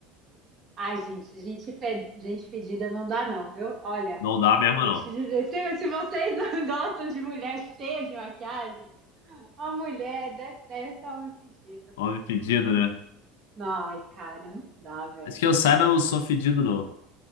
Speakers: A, on the right; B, on the left.
A: Ai, gente, gente, fe- gente fedida não dá, não, viu? Olha,
B: Não dá mesmo,
A: vou
B: não.
A: te dizer, se, se vocês não <laughs> gostam de mulher cheia de maquiagem, A mulher detesta homem fedido.
B: Homem fedido, né?
A: Ai, cara, não dá, velho.
B: Acho que eu saiba, eu não sou fedido, não.